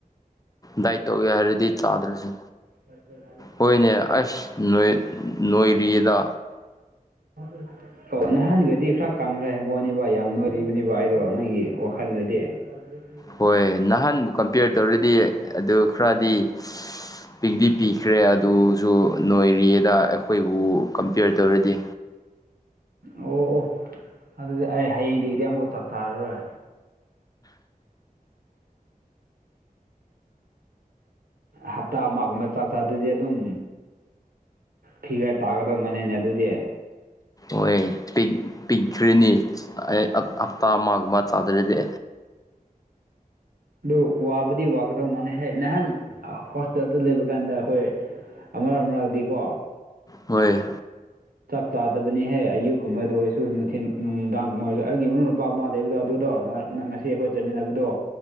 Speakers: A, on the left (about 25°); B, on the right (about 85°).
A: ꯗꯥꯏꯠ ꯇꯧꯒꯦ ꯍꯥꯏꯔꯗꯤ ꯆꯥꯗ꯭ꯔꯁꯦ
B: ꯐꯔ ꯐꯦ
A: ꯍꯣꯏꯅꯦ ꯑꯁ ꯅ ꯅꯣꯏꯔꯤꯗ
B: <unintelligible> ꯑꯣ ꯅꯍꯥꯟꯒꯗꯤ ꯈꯔ ꯀꯪꯈ꯭ꯔꯦ ꯍꯥꯏꯕꯅꯦꯕ ꯌꯥꯝ ꯅꯣꯏꯔꯤꯕꯅꯤꯕ ꯑꯩꯗꯣ ꯅꯪꯒꯤ ꯋꯥꯈꯜꯗꯗꯤ <unintelligible>
A: ꯍꯣꯏ ꯅꯍꯥꯟꯕꯨ ꯀꯝꯄꯤꯌꯔ ꯇꯧꯔꯗꯤ ꯑꯗꯨ ꯈꯔꯗꯤ ꯄꯤꯛꯗꯤ ꯄꯤꯈ꯭ꯔꯦ ꯑꯗꯨꯁꯨ ꯅꯣꯏꯔꯤꯗ ꯑꯩꯈꯣꯏꯕꯨ ꯀꯝꯄꯤꯌꯔ ꯇꯧꯔꯗꯤ
B: ꯑꯣ ꯑꯣ ꯑꯗꯨꯗꯤ ꯑꯩ ꯍꯌꯦꯡꯗꯒꯤꯗꯤ ꯑꯃꯨꯛ ꯆꯥꯛꯊꯔꯔꯣꯏ ꯍꯞꯇꯥ ꯑꯃ ꯑꯃ ꯆꯥꯛ ꯆꯥꯗꯨꯗꯤ ꯑꯗꯨꯝ ꯐꯤꯒ ꯇꯥꯒꯗꯕ ꯃꯅꯦꯅꯦ ꯑꯗꯨꯗꯤ
A: ꯍꯣꯏ ꯄꯤꯛꯈ꯭ꯔꯤꯅꯤ ꯑꯩ ꯍꯞꯇꯥ ꯑꯃꯒꯨꯝꯕ ꯆꯥꯗꯔꯗꯤ
B: ꯑꯗꯨ ꯋꯥꯕꯨꯗꯤ ꯋꯥꯒꯗꯧ ꯃꯥꯟꯅꯩꯍꯦ ꯅꯍꯥꯟ ꯍꯣꯁꯄꯤꯇꯥꯜꯗ ꯂꯩꯕ ꯀꯥꯟꯗ ꯑꯩꯈꯣꯏ ꯑꯃꯔ ꯑꯃꯔꯗꯤꯀꯣ
A: ꯍꯣꯏ
B: ꯆꯥꯛ ꯆꯥꯗꯕꯅꯤꯍꯦ ꯑꯌꯨꯛꯀꯨꯝꯕꯗ ꯑꯣꯏꯔꯁꯨ ꯅꯨꯡꯊꯤꯟ ꯅꯨꯡꯗꯥꯡꯒꯨꯝꯕ ꯑꯣꯏꯔꯁꯨ ꯑꯩꯒꯤ ꯏꯎ ꯅꯨꯄꯥ ꯑꯃ ꯂꯩꯕꯗꯣ ꯑꯗꯨꯗꯣ ꯅꯍ ꯉꯁꯤ ꯑꯩꯈꯣꯏ ꯆꯠꯃꯤꯟꯅꯕꯗꯣ